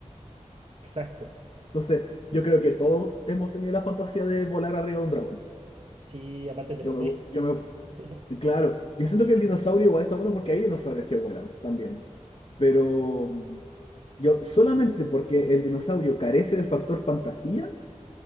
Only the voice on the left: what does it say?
Entonces, yo creo que todos hemos tenido la fantasía de volar arriba de un dragón.
Yo
me, vo- yo me,
claro, yo siento que el dinosaurio igual está bueno porque hay dinosaurios que vuelan también, pero mm, yo solamente porque el dinosaurio carece del factor fantasía,